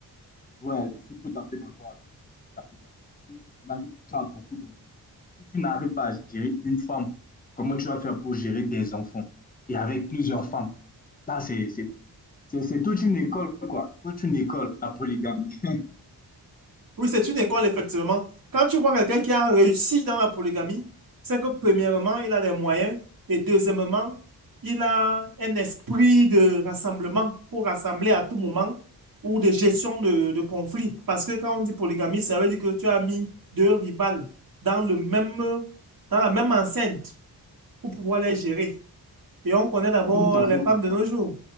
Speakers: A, on the left (about 20°); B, on the right (about 55°).
A: ouais, je suis tout à fait d'accord avec toi. Tout à fait d'accord. Parce que, Imagine, tu as beaucoup d'enfants. Si tu n'arrives pas à gérer une femme, comment tu vas faire pour gérer des enfants et avec plusieurs femmes? Ça, c'est c'est C'est toute une école, quoi. Toute une école, la polygamie. <laughs>
B: Oui, c'est une école, effectivement. Quand tu vois quelqu'un qui a réussi dans la polygamie, c'est que premièrement, il a les moyens et deuxièmement, il a un esprit de rassemblement pour rassembler à tout moment ou de gestion de, de conflits. Parce que quand on dit polygamie, ça veut dire que tu as mis deux rivales dans le même, dans la même enceinte pour pouvoir les gérer. Et on connaît d'abord
A: Tout à
B: les
A: fait
B: femmes
A: d'accord.
B: de nos jours.